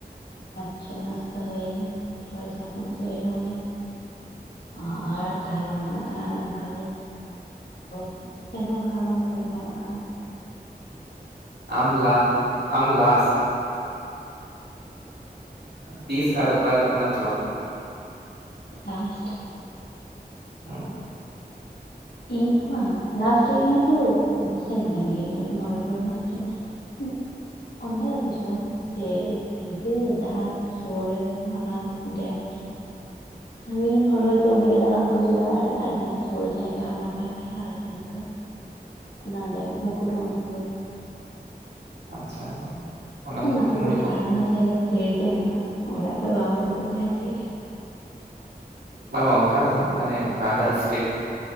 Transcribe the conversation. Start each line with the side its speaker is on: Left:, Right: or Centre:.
Left: <inaudible> ᱪᱷᱚ ᱢᱟᱥ ᱛᱚ ᱦᱳᱭ ᱮᱱᱟ ᱪᱷᱚᱭ ᱥᱟᱛ ᱢᱟᱥ ᱦᱳᱭ ᱮᱱᱟ ᱢᱟᱱᱮ ᱟᱨ ᱛᱟᱹᱦᱮ ᱵᱟᱝ ᱜᱟᱱᱚᱜ ᱠᱟᱱᱟ ᱚᱱᱮ ᱚᱱᱠᱟ <inaudible> ᱥᱮᱱ ᱜᱟᱱᱚᱜ ᱠᱷᱟᱱ
Right: <inaudible> ᱟᱢᱞᱟ ᱟᱢᱞᱟᱥ ᱛᱤᱥ ᱟᱨ ᱚᱠᱟ ᱨᱮ ᱫᱟᱨᱟᱱ ᱮᱢ ᱪᱟᱞᱟᱣ ᱞᱮᱱᱟ
Left: ᱞᱟᱥᱴ
Right: ᱦᱩᱸ
Left: ᱤᱧ ᱵᱟᱝ ᱞᱟᱥᱴ ᱤᱭᱟᱹ ᱛᱚ ᱥᱮᱱ ᱟᱠᱟᱱ ᱜᱮ ᱱᱚᱵᱷᱮᱢᱵᱚᱨ ᱢᱟᱥ ᱨᱮ
Right: <inaudible>
Left: ᱩᱸ, ᱚᱱᱠᱟ ᱫᱚ ᱠᱤᱸᱪᱷᱩ ᱵᱟᱝ ᱡᱮ ᱤᱱᱠᱟᱹ ᱡᱟᱦᱟᱸ ᱥᱩᱨ ᱨᱮ ᱢᱮᱱᱟᱜᱼᱟ ᱚᱱᱟ ᱰᱮᱢ ᱥᱟᱺᱜᱤᱧ ᱨᱮᱱ ᱦᱚᱲ ᱦᱚᱭᱛᱚ ᱚᱸᱰᱮ ᱜᱮ ᱫᱟᱬᱟᱱ ᱠᱚ ᱦᱤᱡᱩᱜᱼᱟ ᱟᱨ ᱟᱨ ᱤᱧᱟᱹᱜ ᱥᱩᱨ ᱡᱟᱭᱜᱟ ᱚᱱᱟ ᱠᱴ ᱜᱮ ᱟᱠᱟᱧ ᱪᱟᱞᱟᱜᱼᱟ ᱱᱟᱹᱰᱮ ᱢᱩᱠᱩᱴ ᱢᱚᱱᱤᱯᱩᱨ
Right: ᱟᱪᱪᱷᱟ ᱚᱱᱟ ᱢᱩᱠᱩᱴᱢᱩᱱᱤᱯᱩᱨ
Left: ᱱᱟᱛᱮ ᱫᱚ ᱫᱟᱸᱬᱟᱱ ᱨᱮᱱᱟᱜ ᱡᱟᱭᱹᱜᱟ ᱫᱚ ᱫᱷᱮᱨ ᱜᱮ ᱢᱮᱱᱟᱜᱼᱟ ᱚᱲᱟᱜ ᱠᱷᱚᱡ ᱵᱟᱢ ᱩᱰᱩᱠᱚᱜ ᱠᱷᱟᱱ ᱪᱮᱫ ᱦᱳᱭᱳᱜ -ᱟ᱾
Right: ᱵᱟᱝ ᱚᱱᱠᱟ ᱫᱚ ᱵᱟᱝ ᱢᱟᱱᱮ ᱚᱱᱠᱟ ᱟᱫᱟᱨ ᱥᱴᱮᱴ